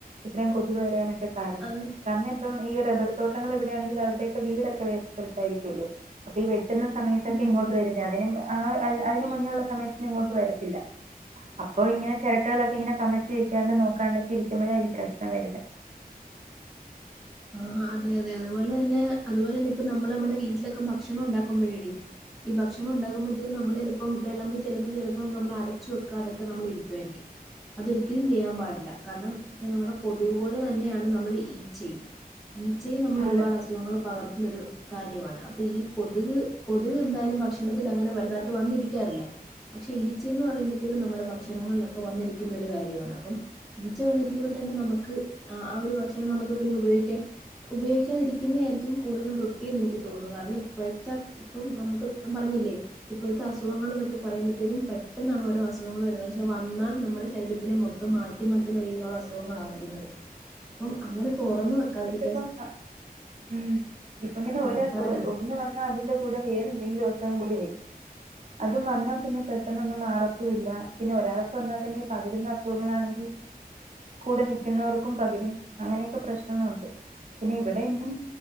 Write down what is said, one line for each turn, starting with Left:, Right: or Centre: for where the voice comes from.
Right: ഇത്രയും കൊതുവ് വരാനൊ കാരണം
Centre: അത്
Right: കാരണം ഇപ്പം ഈ റബർ തോ ങ്ങള് എവിടെണെങ്കിൽ അവരുടെയൊെ വീടൊക്കെ വേറൊര് സ്ഥലത്തായിരിക്കല്ലേ അപ്പോ ഇ വെ കിട്ടുന്ന സമയത്തൊക്കെ
Centre: ഉം
Right: ഇങ്ങോട്ട് വരുന്ന അതിനും ആഅൽ അതിന് മുന്നുള്ള സമയത്തിന് ഇങ്ങോട്ട് വരത്തില്ല. അപ് അപ്പൊ ഇങ്ങനെ ചെരട്ടകളൊക്കെ ഇങ്ങനെ കമയ്ത്തി വെക്കാണ്ട് നോക്കാണ്ടക്കെ ഇരിക്കുമ്പോഴാ ഈ പ്രശ്നം വരുന്ന
Centre: ആ അതെ അതെ അതുപോല തന്നെ അതുപോലെന്നെ ഇപ്പ നമ്മള് നമ്മടെ വീട്ട്ലൊക്കെ ഭക്ഷണം ഉണ്ടാക്കുമ്പഴടി ഈ ഭക്ഷണം ഉണ്ടകുമ്പോഴത്തേക്കും നമ്മള് എളുപ്പം വെളമ്പി ചെലപ്പോ ചെ ലപ്പോം നമ്മൾ അടച്ചു വെക്കാ തൊക്ക നമ്മള് ഇരിക്കൊയിരിക്കും അതൊരിക്കലും ചെയ്യാം പാടില്ല കാരണം ഇപ്പൊ നമ്മള കൊതുക് പോലെ തന്നെയാണ് നമ്മൾ ഈച്ചിം ഈച്ചയും നമ്മൾ ഒരുവാട്
Right: ആണ്
Centre: അസുഖങ്ങൾ പകർ ഇന്നരു കാര്യമാണ് അപ്പൊ ഈ കൊതുക് കൊതുക് ന്താലും ഭക്ഷണത്തിൽ അങ്ങനെ വല്ലാ ത വന്നിരിക്കാറില്ല പക്ഷെ ഈച്ചയെന്ന് പറയുമ്പോയ് ത്തേക്കും നമ്മടെ ഭക്ഷണങ്ങൾ ലൊക്കെ വന്നിരിക്കുന്നൊരു കാര്യമാണ് അപ്പം ഈച്ച വന്നിരി ക്കുമ്പോ തന്നെ നമ്മക്ക് അ ആ ഒരു ഭക്ഷണം നമ്മക്ക് പിന്നെ ഉപയോഗിക്കാൻ ഉപയോഗിക്കാതിരിക്കുന്ന ആരിക്കും കൂടുതലും വൃത്തീന്ന് എനിക്ക് തോന്നുന്നു കാര്ണം ഇപ്പോഴത്തെ ഇപ്പം നമുക്ക് പറഞ്ഞില്ലേ ഇപ്പോഴത്തെ അസുഖങ്ങൾ ന്നൊക്ക പറയുമ്പോഴത്തേക്കും പെട്ടെന്നാണ് ഓരോ അസുഖങ്ങൾ വരുന്നത് പക്ഷെ വന്നാൽ നമ്മളെ ശ രീരത്തിന് മൊത്തം മാറ്റിമറിക്കുന്ന രീതീലുള്ള സുഖങ്ങള വരുന്നത് അപ്പം അങ്ങനെ തുറന്ന് വെക്കാതിരി
Right: ഇപം അ ഉം ഇപ്പംപിന്നെ
Centre: ആ
Right: ഒരസുകല്
Centre: പറഞ്ഞോ
Right: ഒന്ന് വന്നാ അതിന്റെ കൂടെ വേറെന്തേലും അ നും കുരുവി അതും വന്നാ പിന്നെ പെട്ടെന്നൊന്നും മാറത്തുല്ല പിന്നെ ഒരാൾക്ക് വന്നാൽ തന്നെ പകരുന്ന അസുഖങ്ങളാണെങ്കി കൂടെ നിക്കുന്നവർക്കും പകരും അങ്ങനെയൊക്ക പ്രശ്നങ്ങളുണ്ട് പിന്നെ ഇവിടെ ന്നും